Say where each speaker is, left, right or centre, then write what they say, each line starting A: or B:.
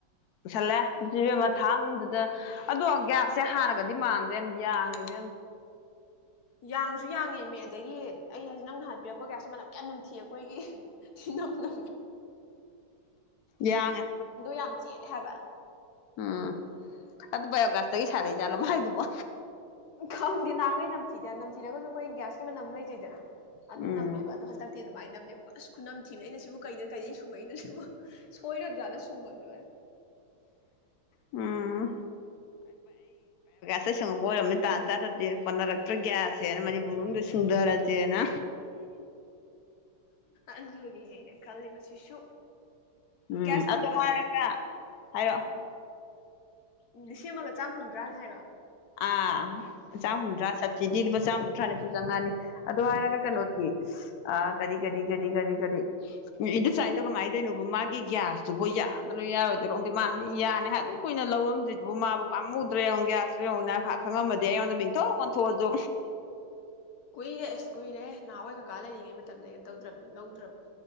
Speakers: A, on the left; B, on the left.
A: ꯄꯨꯁꯜꯂꯦ ꯑꯗꯨ ꯑꯃ ꯊꯥꯡꯒꯨꯝꯗꯨꯗ ꯑꯗꯣ ꯒꯌꯥꯁꯁꯦ ꯍꯥꯟꯅꯒꯗꯤ ꯃꯥꯟ ꯔꯦꯝꯕꯤꯉꯥꯏꯗꯝ
B: ꯌꯥꯡꯁꯨ ꯌꯥꯡꯉꯦ ꯃꯤ ꯑꯗꯒꯤ ꯑꯩ ꯍꯥꯏꯖꯤ ꯅꯪ ꯅꯍꯥꯟ ꯄꯤꯔꯛꯄ ꯀꯌꯥꯁꯨ ꯃꯅꯝ ꯀꯌꯥꯝ ꯝꯊꯤ ꯑꯩꯈꯣꯏꯒꯤ ꯅꯝ ꯅ
A: ꯌꯥꯡꯉ
B: ꯌꯥꯝ ꯆꯦꯜꯂꯦ ꯍꯥꯏꯕ
A: ꯎꯝ ꯑꯗ ꯌꯣꯒꯥꯁꯇꯒꯤ ꯁꯥꯔꯩ ꯆꯂ ꯃꯥꯥꯏ ꯑꯗꯨꯕꯣ
B: ꯈꯪꯗꯗꯤ ꯅꯍꯥꯟꯈꯩ ꯅꯝꯊꯤꯗꯦ ꯅꯝꯊꯤꯔꯒꯁꯨ ꯑꯩꯈꯣꯏ ꯒ꯭ꯌꯥꯁꯀꯤ ꯃꯅꯝ ꯂꯩꯖꯩꯗ
A: ꯎꯝ
B: ꯑꯗꯨ ꯅꯝꯃꯦꯕ ꯑꯗꯨꯗꯣ ꯍꯟꯗꯛꯇꯤ ꯑꯗꯨꯃꯥꯏꯅ ꯅꯝꯗꯦꯕ ꯈꯨꯅꯝ ꯊꯤꯕ ꯑꯩꯅ ꯁꯤꯕꯨ ꯀꯩꯗ ꯀꯩꯗꯩ ꯁꯨꯡꯉꯛꯏ ꯅꯠꯇꯕꯣ ꯁꯣꯏꯔꯕꯖꯥꯠꯅ ꯁꯨꯡꯕꯅꯦ
A: ꯎꯝ ꯑ ꯁꯪꯉꯛꯄ ꯑꯣꯏꯔꯝꯅꯤ ꯇꯥꯟ ꯆꯥꯗ꯭ꯔꯗꯤ ꯀꯣꯟꯅꯔꯛꯇ꯭ꯔꯒꯌꯥꯁꯦꯅ ꯃꯅꯤꯄꯨꯔ ꯁꯨꯡꯊꯔ ꯆꯅꯥ
B: ꯑꯗꯨꯗꯨꯒꯤꯅꯦ ꯑꯩꯅ ꯈꯜꯂꯤꯕꯁꯤꯁꯨ
A: ꯎꯝ
B: ꯒ꯭ꯌꯥꯁ ꯑꯃ
A: ꯑꯗꯨ
B: ꯂꯨꯄꯥ
A: ꯍꯥꯏꯔꯒ
B: ꯆꯥꯝ
A: ꯍꯥꯏꯔꯛ
B: ꯍꯥꯏꯔꯣ ꯍꯥꯏꯔꯣ ꯂꯤꯁꯤꯡ ꯑꯃꯒ ꯆꯥꯝ ꯍꯨꯝꯗ꯭ꯔꯥꯅꯦ ꯍꯥꯏꯔꯣ
A: ꯑꯥ ꯑ ꯆꯥꯍꯨꯝꯗ꯭ꯔꯥ
B: ꯎꯝ
A: ꯁꯞꯕꯁꯤꯗꯤꯗꯨ ꯆꯥꯝꯃ ꯇꯔꯥꯅꯤꯐ ꯆꯪꯉꯥꯜꯂꯤ ꯑꯗꯨ ꯍꯥꯏꯔꯒ
B: ꯎꯝ
A: ꯀꯩꯅꯣꯁꯤ ꯑ ꯀꯔꯤ ꯀꯔꯤ ꯀꯔꯤ ꯀꯔꯤ ꯀꯔꯤ ꯏ ꯁ꯭ꯋꯥꯏꯗꯣ ꯀꯃꯥꯏꯅ ꯇꯣꯏꯅꯣꯕ ꯃꯥꯒꯤ ꯃꯥꯒꯤ ꯒ꯭ꯌꯥꯁꯇꯨꯕꯨ ꯌꯥꯗꯣꯏ ꯌꯥꯔꯣꯏꯗꯣꯏꯔꯣꯗꯤ ꯃꯥꯗꯤ ꯌꯥꯅꯤ ꯍꯥꯏ ꯑꯗꯨꯝ ꯀꯨꯏꯅ ꯂꯧꯔꯝꯗ꯭ꯔꯤꯗꯨꯕꯨ ꯃꯥꯕꯨ ꯄꯥꯝꯃꯨꯗ꯭ꯔ ꯌꯦꯡꯉ ꯒ꯭ꯌꯥꯁꯇꯨ ꯌꯦꯡꯉꯨꯅ ꯈꯪꯉꯝꯃꯗꯤ ꯑꯩꯉꯣꯟꯗ ꯃꯤꯡꯊꯣꯛ ꯑꯣꯟꯊꯣꯛꯑꯁꯨ
B: ꯀꯨꯏꯔꯦꯁ ꯀꯨꯏꯔꯦ ꯅꯍꯥꯟꯋꯥꯏ ꯀꯀꯥꯔꯤꯉꯩ ꯃꯇꯝꯗ ꯀꯩꯅꯣ ꯇꯧꯗ꯭ꯔꯕꯅꯦ ꯂꯧꯗ꯭ꯔꯕꯅꯦ